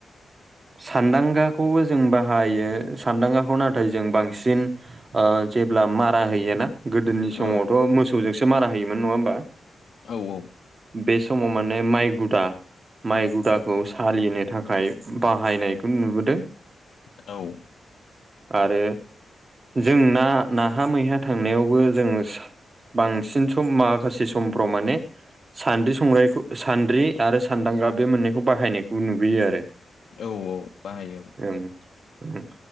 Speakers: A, on the right (about 30°); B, on the left (about 80°).
A: सानदांगाखौबो जों बाहायो सानदांगाखौ नाथाय जों बांसिन जेब्ला मारा होयोना गोदोनि
B: औ
A: समावथ' मोसौजोंसो मारा होयोमोन नङा होमबा
B: औ औ
A: बे समाव माने माइ गुदा माइ गुदाखौ सालिनो थाखाय बाहायनायखौ नुबोदों
B: औ
A: आरो जोंना नाहा मैहा थांनायावबो जों बांसिन सम माखासे समफ्राव माने सान्द्रि संग्राइखौ सान्द्रि आरो सान्दांगा बे मोननैखौ बाहायनायखौ नुबोयो आरो
B: औ औ बाहायो औ
A: ओं ओम